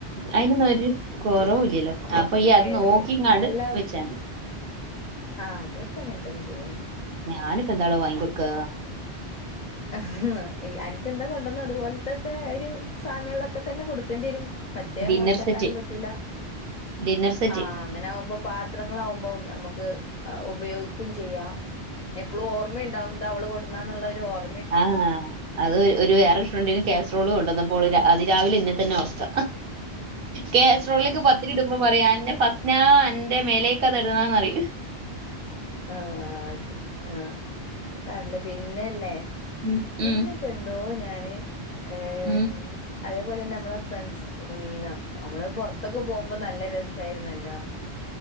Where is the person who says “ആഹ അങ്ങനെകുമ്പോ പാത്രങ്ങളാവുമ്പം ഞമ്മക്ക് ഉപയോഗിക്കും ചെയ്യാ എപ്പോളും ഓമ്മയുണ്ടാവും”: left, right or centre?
Left